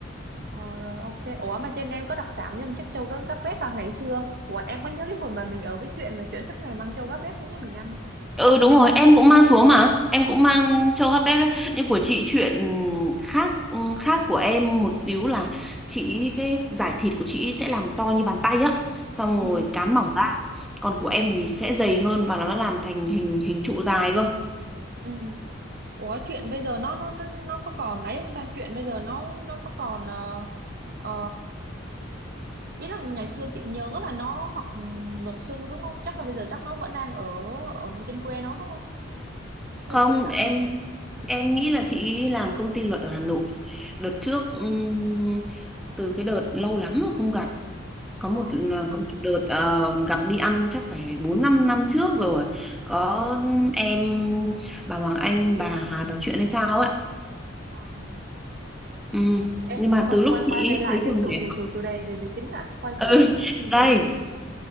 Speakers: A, on the right; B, in the centre.
A: ờ rồi ok ủa mà trên em có đặc sản nhưng chắc châu các các bếp vào ngày xưa ủa em có nhớ cái hồi mà mình ở với chuyện mà chuyện suốt ngày mang châu các bếp xuống cho mình ăn không
B: Ừ đúng rồi, em cũng mang xuống mà, em cũng mang cho các bếp đấy. Nhưng của chị chuyện khác ừ, khác của em một xíu là chị cái giải thịt của chị sẽ làm to như bàn tay á, xong
A: ừ
B: rồi cán mỏng ra. Còn của em thì sẽ dày hơn và nó làm thành hình hình trụ dài cơ.
A: Ừ. Ủa chuyện bây giờ nó nó nó nó có còn ấy không ta? Chuyện bây giờ nó nó có còn ờ, ờ, ý là ngày xưa chị nhớ là nó học luật sư đúng không? Chắc là bây giờ chắc nó vẫn đang ở ở trên quê nó đúng không? Về
B: Không,
A: quê lại
B: em
A: đúng không?
B: em nghĩ là chị làm công ty luật ở Hà Nội. Đợt trước ừm, từ cái đợt lâu lắm rồi không gặp có
A: Ờ,
B: một ờ, có một đợt ờ, gặp đi ăn chắc phải bốn năm năm trước rồi có em bà Hoàng Anh bà hà bà chuyện hay sao ấy
A: ờ. ờ.
B: ừ.
A: Ê,
B: nhưng mà
A: thôi
B: từ lúc
A: quay
B: chị
A: quay về
B: ấy
A: lại
B: lấy
A: cái
B: chồng
A: chủ
B: để
A: chủ chủ chủ đề đề, đề chính đã quay
B: ừ.
A: trở lại cái chủ
B: đây
A: đề chính